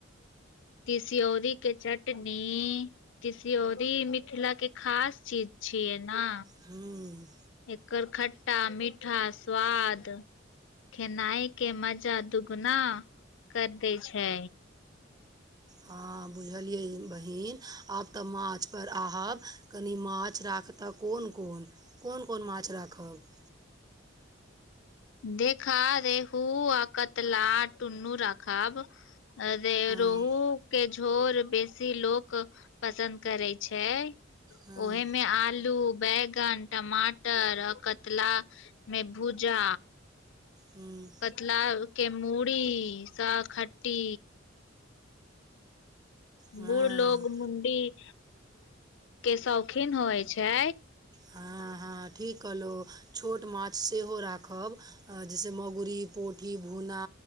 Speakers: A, on the left; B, on the right.
A: तिस्योरी के चटनी तसिय्योरी मिथिला के खास चीज छियै ना
B: हूँ
A: एकर खट्टा मीठा स्वाद खेनाय के मजा दुगुना कर दे छै
B: हँ बुझलियै बहीन आब तऽ माछपर आहब कनि माछ राखतह कोन कोन कोन कोन माछ राखब
A: देख खा दे हू आ कतला टुनू रखब अर
B: हँ
A: रोहु के झोर बेसी लोक पसन्द करै छै
B: हँ
A: ओहेमे आलू बैगन टमाटर आ कतला मेभुजा
B: हूँ
A: कतला के मूड़ी सखट्टी
B: हँ
A: बूढ़ लोग मुंडी के शौकीन होइ छै
B: हँ हँ ठीक कहलहुँ छोट माछ सेहो राखब जैसे मगुरी पोठी भुन्ना